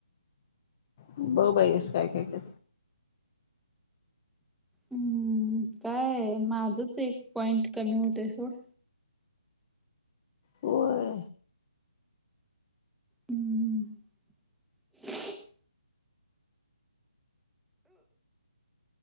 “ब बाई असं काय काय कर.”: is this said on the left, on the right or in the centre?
Left